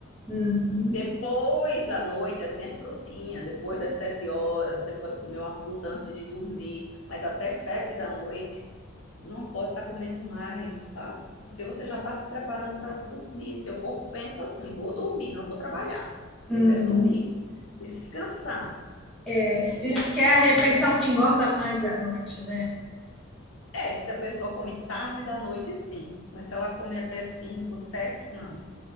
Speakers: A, in the centre; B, on the left.
A: Uhum,
B: Depois, à noite, assim, é frutinha. Depois das sete horas, você pode comer uma fruta antes de dormir, mas até sete da noite, não pode estar comendo mais, tá? Porque você já está se preparando para dormir. Seu corpo pensa assim: vou dormir, não vou trabalhar.
A: uhum.
B: Eu quero dormir, descansar.
A: É, diz
B: E aí,
A: que é a refeição que engorda mais à noite, né?
B: É, se a pessoa come tarde da noite, sim. Mas se ela come até 5, 7, não.